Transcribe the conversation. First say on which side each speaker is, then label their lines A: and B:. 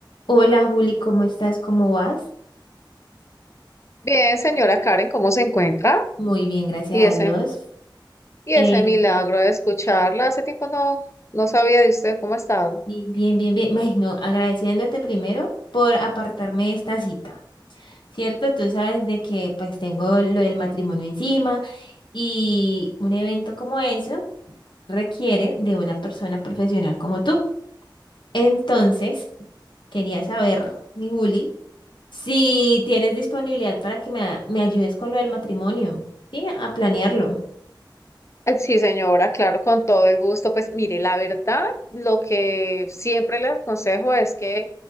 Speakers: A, on the left; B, on the left.
A: Hola Juli, ¿cómo estás? ¿Cómo vas?
B: Bien, señora Karen, ¿cómo se encuentra?
A: Muy bien, gracias
B: Y
A: a
B: ese,
A: Dios.
B: y
A: Eh,
B: ese milagro de escucharla, hace tiempo no, no sabía de usted cómo ha estado.
A: sí, bien, bien, bien. Ay, no, agradeciéndote primero por apartarme de esta cita. ¿Cierto? Tú sabes de que pues tengo lo del matrimonio encima y un evento como eso requiere de una persona profesional como tú. Entonces, quería saber, mi Juli, si tienes disponibilidad para que me, a- me ayudes con lo del matrimonio, ¿sí? A planearlo.
B: Eh, Sí, señora, claro, con todo el gusto. Pues mire, la verdad, lo que siempre le aconsejo es que